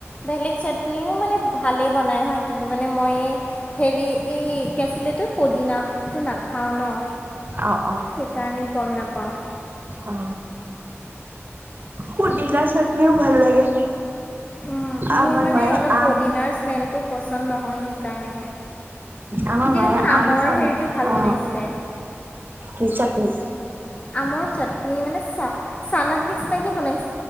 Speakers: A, on the left (about 25°); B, on the right (about 40°).
A: বেলেগ চাটনিও মানে ভালে। বনাই হাঁ কিন্তু মানে মই হেৰি এই কেচিলেটো পদিনাটো নাখাওঁ ন
B: অ অ অ
A: সেইকাৰণেই গম নাপাওঁ
B: অ পদিনা চাটনিও ভাল লাগে
A: উম, মোৰ
B: আমাৰ
A: মানে
B: মায়ে
A: অলপ
B: আম
A: পদিনাৰ স্মেলটো পচন্দ নহয় সেইকাৰণেহে
B: আমাৰ
A: সিদিনাখন
B: মায়ে
A: আমৰ
B: আমিছাম
A: হেৰিটো ভাল
B: অ
A: বনাইছিলে
B: কিছ মিছত মিছ
A: আমৰ চাটনি মানে চ চালাদ নিচিনাকে বনাই